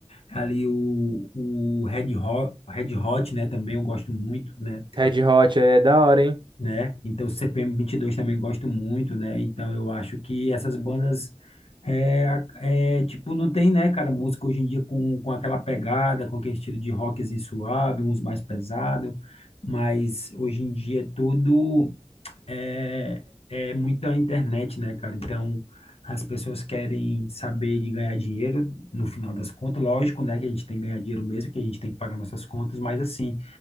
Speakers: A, on the left; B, on the right.
A: Ali o, o Red Hot, Red Hot, né? Também eu gosto muito, né?
B: Red Hot é da hora, hein?
A: né? Então, CPM dois também gosto muito, né? Então, eu acho que essas bandas, é, é, tipo, não tem, né, cara, música hoje em dia com, com aquela pegada, com aquele estilo de rockzinho suave, uns mais pesado, mas hoje em dia é tudo é, é muita internet, né, cara? Então, as pessoas querem saber de ganhar dinheiro, no final das contas, lógico, né, que a gente tem que ganhar dinheiro mesmo, que a gente tem que pagar nossas contas, mas assim,